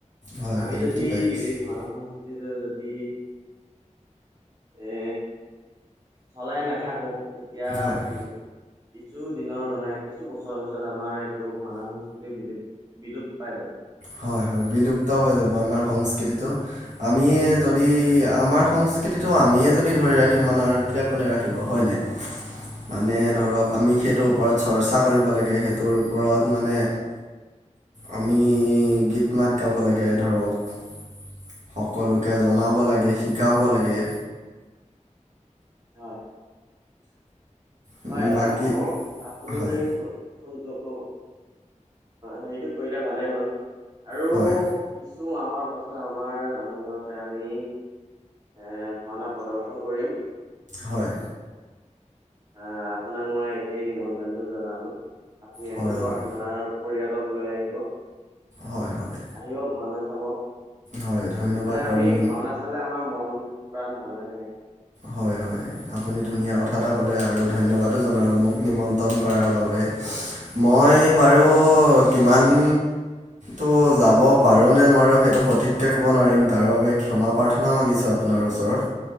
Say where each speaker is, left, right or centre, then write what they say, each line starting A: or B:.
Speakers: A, on the right; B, on the right.
A: হয়
B: আমি
A: বিলুপ্তি
B: যদি
A: পাই গৈছে
B: এনেই ভানা সংস্কৃতিটো যদি এ চলাই নেথাকোঁ তেতিয়া
A: হয়
B: কি কিছু দিনৰ মানে কিছু বছৰৰ পিছত আমাৰ এইটো ভাওনা সংস্কৃতিৰ বিলুপ বিলুপ পাই যাব।
A: হয় হয় বিলুপ্ত হৈ যাব আমাৰ সংস্কৃতিটো আমিয়ে
B: হয়
A: যদি আমাৰ সংস কৃতিটো আমিয়ে যদি ধৰি ৰাখিবম নোৱাৰো তেতিয়া কোনে ৰাখিব, হয় নাই? মানে
B: হয়
A: ধৰক আমি সেইটোৰ ওপৰত চৰ্চা কৰিব লাগে সেইটোৰ ওপৰত মানে আমি, গীত মাত গাব লাগে ধৰক। সকলোকে
B: হয়
A: জনাব
B: হয়
A: লাগে, শিকাব লাগে।
B: হয়।
A: উম,
B: হয়, এটা
A: বাকী
B: কথা কওঁ আপুনি
A: হয়
B: ফো ফোনটো অ, হেইটো কৰিলে ভালেই হ'ল আৰু
A: হয়।
B: কিছু মাহৰ পাছত আমাৰ নামঘৰতে আমি এ ভাওনা প্ৰদৰ্শন কৰিম।
A: হয়।
B: আঁ, আপোনাক মই এতিয়াই নিমন্ত্ৰণটো জনালো আপুনি
A: হয়
B: আহিব
A: হয়
B: আপোনাৰ পৰিয়ালক লৈ আহিব।
A: হয় হয়।
B: আহিব ভাওনা চাব,
A: হয় ধন্যবাদ
B: মানে
A: বাৰু
B: আমি
A: মোক
B: ভাওনা চা চালে আমাৰ মন প্ৰাণ ভাল হৈ থাকে।
A: হয় হয়। ‌আপুনি ধুনীয়া কথা এটা ক'লে আৰু ধন্যবাদো জনালোঁ মোক নিমন্ত্ৰণ তন কৰাৰ বাবে। মই বাৰু
B: হয়
A: কিমান টো যাব পাৰো নে নোৱাৰো সেইটো সঠিককে ক'ব নোৱাৰিম, তাৰ বাবে ক্ষমা প্ৰাৰ্থনা মাগিছো আপ আপোনাৰ ওচৰত,